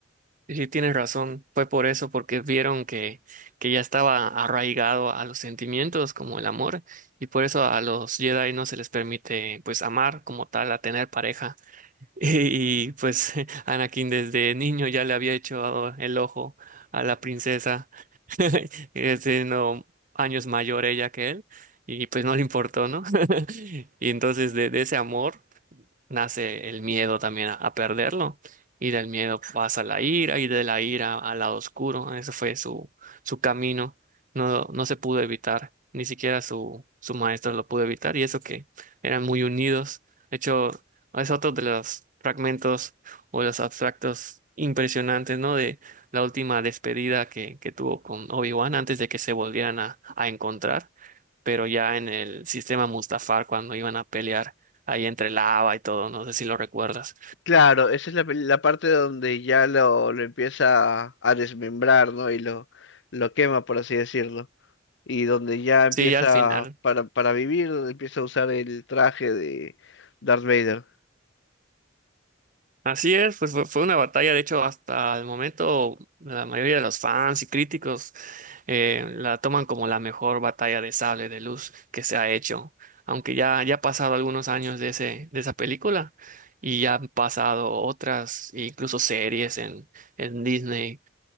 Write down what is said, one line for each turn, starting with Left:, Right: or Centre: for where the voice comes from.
Right: Sí, sí, tienes razón, fue por eso, porque vieron que, que ya estaba arraigado a los sentimientos como el amor, y por eso a los Jedi no se les permite pues amar como tal, a tener pareja. <laughs> Y, pues <laughs> Anakin desde niño ya le había hecho el ojo a la princesa, <laughs> eh, siendo años mayor ella que él, y pues no le importó, ¿no? <laughs> Y entonces de, de ese amor nace el miedo también a, a perderlo. Y del miedo pasa la ira y de la ira al lado oscuro. Ese fue su, su camino. No, no se pudo evitar. Ni siquiera su, su maestro lo pudo evitar. Y eso que eran muy unidos. De hecho, es otro de los fragmentos o los abstractos impresionantes, ¿no? De la última despedida que, que tuvo con Obi-Wan antes de que se volvieran a, a encontrar pero ya en el sistema Mustafar cuando iban a pelear ahí entre lava y todo, no sé si lo recuerdas.
Left: Claro, esa es la, pel- la parte donde ya lo, lo empieza a desmembrar, ¿no? Y lo, lo quema, por así decirlo. Y donde ya empieza,
Right: Sí, ya al final.
Left: para, para vivir, donde empieza a usar el traje de Darth Vader.
Right: Así es, pues fue, fue una batalla, de hecho, hasta el momento la mayoría de los fans y críticos eh, la toman como la mejor batalla de sable de luz que se ha hecho, aunque ya, ya ha pasado algunos años de ese, de esa película y ya han pasado otras, incluso series en, en Disney